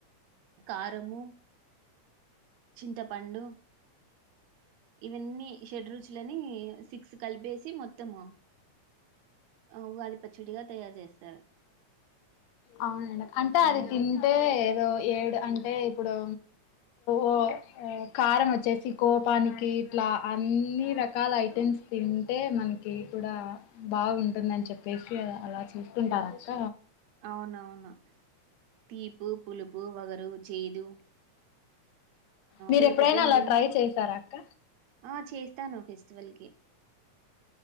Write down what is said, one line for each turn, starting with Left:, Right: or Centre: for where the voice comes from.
Right: కారము చింతపండు ఇవన్నీ షెడ్రూచ్లని సిక్స్ కలిపేసి మొత్తము ఆ ఉగాది పచ్చడిగా తయారు చేస్తారు
Left: అవునండి అంటే
Right: ఉమ్,
Left: అది తింటే ఏదో ఏడు అంటే ఇప్పుడు ఓ కారం వచ్చేసి కోపానికి ఇట్లా అన్ని రకాల ఐటెమ్స్ తింటే మనకి కూడా బాగుంటుందని చెప్పేసి అలా చేస్తుంటారు అక్క
Right: అవున అవును తీపు, పులుపు, వగరు చేదు
Left: మీరు
Right: వేపు
Left: ఎప్పుడైనా
Right: పూనుండి
Left: అలా ట్రై చేశారా అక్క
Right: ఆ చేస్తాను ఫెస్టివల్కి